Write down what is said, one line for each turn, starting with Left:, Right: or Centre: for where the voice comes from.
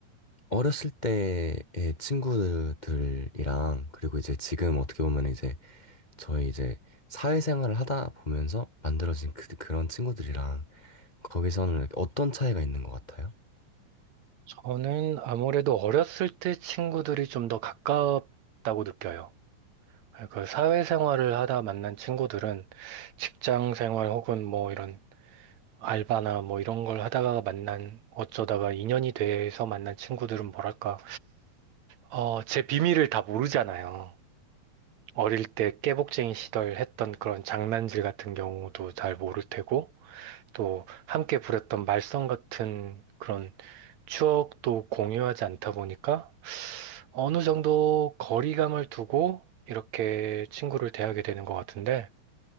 Left: 어렸을 때의 친구들이랑 그리고 이제 지금 어떻게 보면 이제 저희 이제 사회생활을 하다 보면서 만들어진 그, 그런 친구들이랑 거기서는 어떤 차이가 있는 것 같아요?
Right: 저는 아무래도 어렸을 때 친구들이 좀 더 가깝다고 느껴요. 그 사회생활을 하다 만난 친구들은 직장 생활 혹은 뭐 이런 알바나 뭐 이런 걸 하다가 만난 어쩌다가 인연이 돼서 만난 친구들은 뭐랄까 어, 제 비밀을 다 모르잖아요. 어릴 때 깨복쟁이 시절 했던 그런 장난질 같은 경우도 잘 모를 테고 또 함께 부렸던 말썽 같은 그런 추억도 공유하지 않다 보니까 어느 정도 거리감을 두고 이렇게 친구를 대하게 되는 것 같은데,